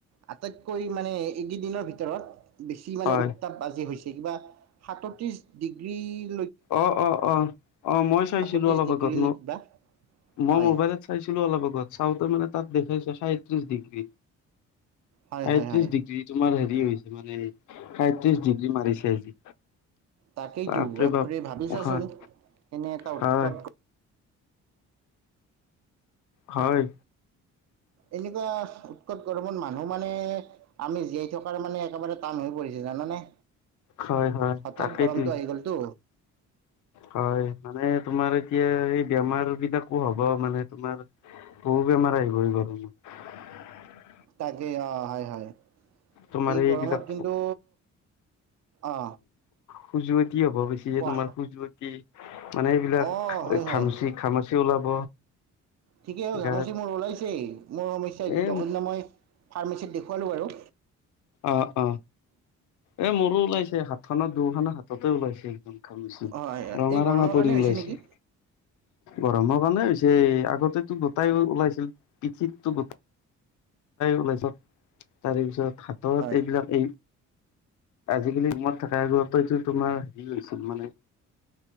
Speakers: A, on the right (about 60°); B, on the left (about 75°).
A: আটাইতকৈ মানে এইকেইদিনৰ ভিতৰত বেছি মানে
B: হয়
A: উত্তাপ বাজি হৈছে কিবা সাতত্ৰিছ ডিগ্ৰী <unintelligible>
B: অ অ অ অ মই চাইছো
A: সাতত্ৰিছ
B: অলপ
A: ডিগ্ৰী
B: আগত
A: নে কিবা
B: মই
A: হয়
B: মোবাইলত চাইছো অলপ আগত চাওঁতে মানে তাত দেখিছো <unintelligible> সয়ত্ৰিশ ডিগ্ৰী
A: হয়
B: এ
A: হয় হয়
B: ত্ৰিশ ডিগ্ৰী তোমাৰ হ <unintelligible> হৈছে মানে সাইত্ৰিশ ডিগ্ৰী মাৰিছে আজি
A: তাকেইতো
B: বাপৰে
A: বাপ্ৰে
B: বাপ
A: ভাবিছচোন
B: হয়
A: এনে এটা
B: হয়
A: উৎকট
B: হয়।
A: এনেকুৱা উৎকট গৰমত মানুহ মানে আমি জীয়াই থকাৰ মানে একেবাৰে টান হৈ পৰিছে <unintelligible> জানানে
B: হয় হয়
A: হঠাৎ
B: তাকেই
A: গৰমটো
B: তুমি
A: আহি গ'লতো
B: হয় মানে তোমাৰ এতিয়া এই বেমাৰ বিলাকো হ'ব মানে তোমাৰ বহু বেমাৰ আহি গল <unintelligible>
A: তাকেই অ হয় হয়
B: তোমাৰ
A: এই
B: এইবিলাক
A: গৰমত কিন্তু অ
B: খজুৱতি হ'ব বেছি যে
A: কোৱা
B: তোমাৰ খুজুৱতি <unintelligible> মানে এইবিলাক
A: অ হয় হয়
B: খামচি খামাচি ওলাব
A: ঠিকেই হ ঘামচি
B: গাত
A: মোৰ ওলাইছেই মোৰ সমস্যা
B: এ
A: দ দিনা মই ফাৰ্মাচীত দেখুৱালো আৰু
B: অ অ এ মোৰো ওলাইছে হাত খনত দু খন হাততে ওলাইছে একদম
A: হয়
B: ৰঙা
A: এই
B: ৰঙা
A: গৰমৰ
B: পৰি
A: কাৰণে হৈছে
B: ওলাইছে
A: নেকি
B: গৰমৰ কাৰণে হৈছে আগতেটো গোটাই ওলাইছিল পিঠিতো গো ওলাইছে তাৰে পিছত হাতত
A: হয়
B: এইবিলাক এই <unintelligible> আজিকালি মমত থকা আগত এইতোটো তোমাৰ হেৰি হৈছিল মানে